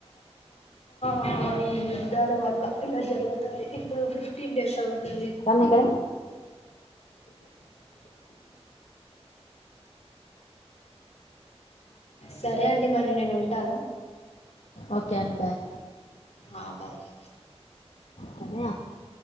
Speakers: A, on the left; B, on the left.
A: ఆ ఈ యుద్ధాల వల్ల ఇలా జరుగుతుంది ఇప్పుడు ఫిఫ్టీన్ డేస్ అవు తుంది
B: కానీ ఇక్కడే
A: సరే అండి మరి నేను ఉంటాను
B: ఓకే అండి బాయ్
A: హు బాయ్
B: కన్నయ్య